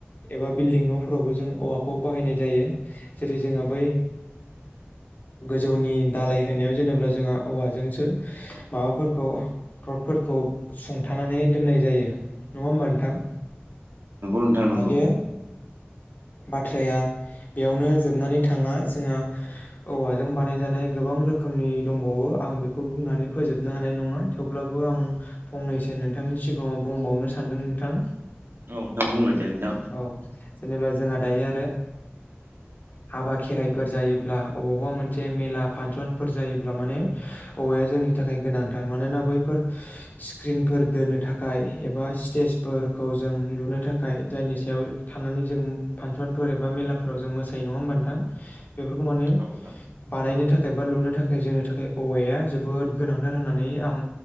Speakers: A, on the left (about 45°); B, on the right (about 65°).
A: एबा बिल्डिं न'फोरावबो जों औवाखौ बाहायनाय जायो जेरै जोंहा बै
B: <unintelligible>
A: गोजौनि दालाय होनायाव जेनेब्ला जोंहा औवाजोंसो माबाफोरखौ रडफोरखौ सुंथानानै दोननाय जायो नङा होमबा नोंथां।
B: खथांगौ
A: दायो
B: <inaudible>
A: बाथ्राया बेयावनो जोबनानै थाङा जोंहा औवाजों बानायजानाय गोबां रोख खोमनि दंबावो आं बेखौ बुंनानै फोजोबनो हानाय नङा थेवब्लाबो आं फंनैसो नोंथांनि सिगाङाव बुंबावनो सानदों नोंथां।
B: औ नोंथाङा बुंलाय। दे नोंथां
A: औ जेनेबा जोंहा दायो आरो।
B: <unintelligible>
A: हाबा खेराइफोर जायोब्ला अबावबा मोनसे मेला फानसनफोर जायोब्ला माने ओवाया जोंनि। नि थाखाय गोनांथार मानोना बैफोर स्क्रिनफोर दोनो थाखाय एबा स्टेजफोरखौ। खौ जों लुनो थाखाय। जायनि सायाव थानानै जों फांसनफोर एबा मेलाफोराव जों मोसायो नङा होमबा नोंथां। बेफोरखौ माने
B: औ नोंथां
A: बानायनो। थाखाय बा लुनो थाखाय जोंनि थाखाय औवाया जोबोद गोनांथार होननानै आं